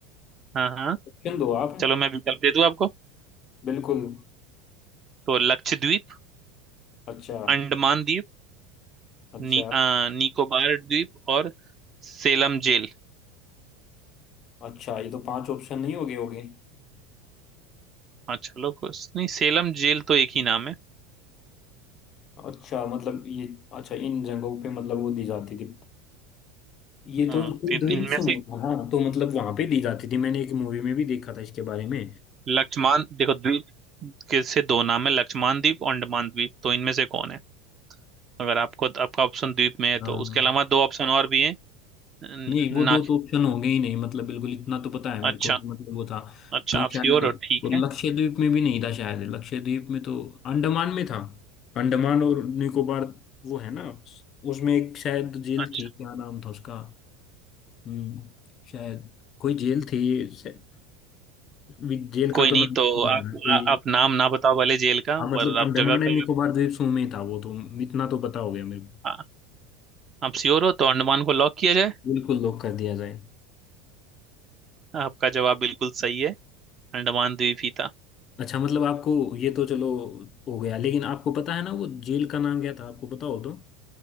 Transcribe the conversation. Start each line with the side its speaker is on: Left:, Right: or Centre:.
Right: हाँ हाँ
Left: ऑप्शन दो आप
Right: चलो मैं विकल्प दे दूं आपको
Left: बिल्कुल
Right: तो लक्षद्वीप
Left: अच्छा
Right: अंडमान द्वीप
Left: अच्छा
Right: नी, अ, निकोबार द्वीप और सेलम जेल
Left: अच्छा ये तो पांच ऑप्शन नहीं हो गए हो गए
Right: हाँ चलो कुछ नहीं सेलम जेल तो एक ही नाम है
Left: अच्छा मतलब ये अच्छा इन जगहों पे मतलब वो दी जाती थी ये
Right: हम्म
Left: तो कोई
Right: इन-
Left: द्वीप
Right: इनमें
Left: समूह
Right: से
Left: था हाँ तो मतलब वहां पे दी जाती थी मैंने एक मूवी में भी देखा था इसके बारे में
Right: लक्ष्मान देखो द्वीप के से दो नाम है लक्ष्मान द्वीप और अंडमान द्वीप तो इनमें से कौन है अगर आपको आपका ऑप्शन द्वीप में है
Left: शायद
Right: तो उसके अलावा दो ऑप्शन और भी हैं न-
Left: नहीं वो दो
Right: ना
Left: तो ऑप्शन होंगे ही नहीं मतलब बिल्कुल इतना तो पता है मेरे
Right: अच्छा
Left: को कि मतलब वो था
Right: अच्छा
Left: तो
Right: आप
Left: शायद
Right: श्योर हो ठीक
Left: और लक्षद्वीप
Right: है
Left: में भी नहीं था शायद लक्षद्वीप में तो अंडमान में था अंडमान और निकोबार वो है ना उसमें एक शायद जेल
Right: अच्छा।
Left: थी क्या नाम था उसका हम्म शायद कोई जेल थी शायद- भी- जेल का
Right: कोई
Left: तो
Right: नहीं
Left: नाम
Right: तो
Left: नहीं
Right: आप
Left: याद है, कोई
Right: आ, आप नाम ना बताओ वाले जेल का
Left: हाँ मतलब
Right: पर
Left: अंडमान
Right: आप जगह
Left: एंड
Right: का
Left: निकोबार द्वीप समूह में ही था वो तो इतना तो पता हो गया मेरे को
Right: आ, आप श्योर हो तो अंडमान को लॉक किया जाए
Left: बिल्कुल लॉक कर दिया जाए
Right: आपका जवाब बिल्कुल सही है अंडमान द्वीप ही था
Left: अच्छा मतलब आपको ये तो चलो हो गया लेकिन आपको पता है ना वो जेल का नाम क्या था आपको पता हो तो